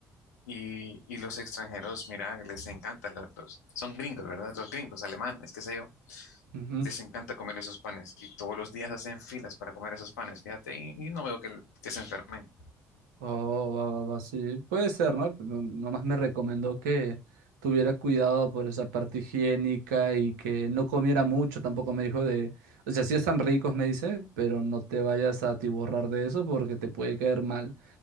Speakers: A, on the left; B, on the right.
A: Y, y los extranjeros, mira, les encantan los, los- son gringos, ¿verdad? Los gringos, alemanes, qué sé yo,
B: ujú.
A: les encanta comer esos panes y todos los días hacen filas para comer esos panes, fíjate, y, y no veo que, que se enfermen.
B: Oh, va, va, va, sí. Puede ser, ¿no? Pero Nomás me recomendó que tuviera cuidado por esa parte higiénica y que no comiera mucho. Tampoco me dijo de. O sea, sí están ricos, me dice, pero no te vayas a atiborrar de eso porque te puede caer mal.